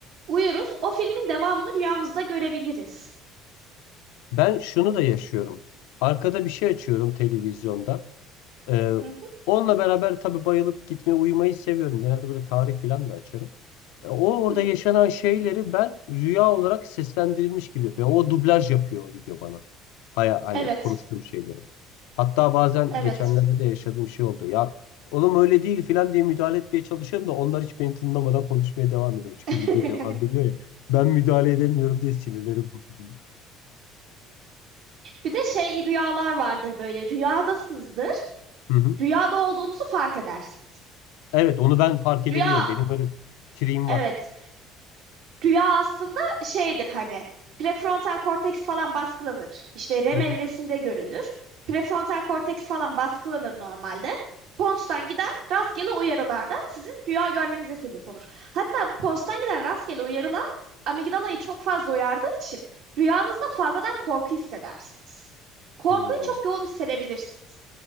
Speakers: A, on the right; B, on the left.
A: Uyuruz o filmin devamını rüyamızda görebiliriz.
B: Ben şunu da yaşıyorum. Arkada bir şey açıyorum televizyonda. Ee,
A: Hı hı,
B: onunla beraber tabii bayılıp gitmeyi, uyumayı seviyorum. Genelde böyle tarih falan da açarım. E, O orada
A: hı hı.
B: yaşanan şeyleri ben rüya olarak seslendirilmiş gibi yapıyorum. O dublaj yapıyor o video bana. Haya, hani
A: Evet,
B: konuştuğum şeyleri. Hatta bazen
A: evet.
B: geçenlerde de yaşadığım şey oldu. Ya oğlum öyle değil falan diye müdahale etmeye çalışıyorum da onlar hiç beni tınlamadan konuşmaya devam ediyor. Çünkü
A: <laughs>
B: video devam ediyor ya. Ben müdahale edemiyorum diye sinirleri bozuluyor.
A: Bir de şey rüyalar vardır böyle rüyadasınızdır.
B: Hı hı.
A: Rüyada olduğunuzu fark edersiniz.
B: Evet, onu ben fark edebiliyorum.
A: Rüya
B: Benim öyle bir triğim
A: evet
B: var.
A: Rüya aslında şeydir hani prefrontal korteks falan baskılanır. İşte REM
B: Hı hı.
A: evresinde görülür. Prefrontal korteks falan baskılanır normalde. Pons'tan giden rastgele uyarılar da sizin rüya görmenize sebep olur. Hatta bu Pons'tan giden rastgele uyarılar amigdalayı çok fazla uyardığı için rüyanızda fazladan korku hissedersiniz. Korkuyu
B: Hmm.
A: çok yoğun hissedebilirsiniz.